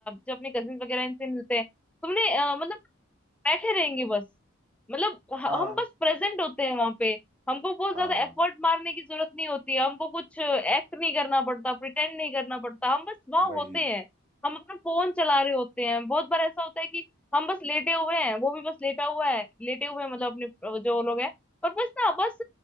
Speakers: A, in the centre; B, on the right.
A: जो अपने कजिन वगैरह इनसे मिलते हैं तुमने अ, मतलब बैठे रहेंगे बस मतलब ह-
B: हाँ
A: हम बस प्रेजेंट होते हैं वहां पे हमको बहुत
B: हाँ
A: ज्यादा एफर्ट मारने की जरूरत नहीं होती है हमको कुछ एक्ट नहीं करना पड़ता प्रिटेंड नहीं करना पड़ता हम बस वहां
B: वही
A: होते हैं हम अपना फोन चला रहे होते हैं बहुत बार ऐसा होता है कि हम बस लेटे हुए हैं वो भी बस लेटा हुआ है लेटे हुए हैं मतलब अपने अ, जो लोग हैं और बस ना बस